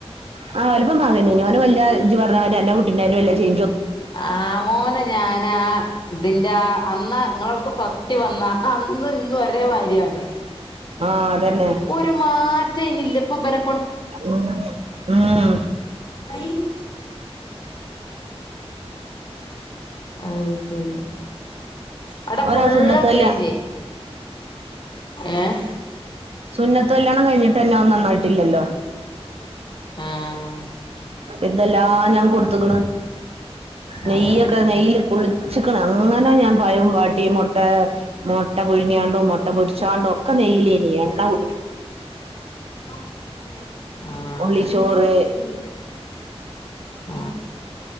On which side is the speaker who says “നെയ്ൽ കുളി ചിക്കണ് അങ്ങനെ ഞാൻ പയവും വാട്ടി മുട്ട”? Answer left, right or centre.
Right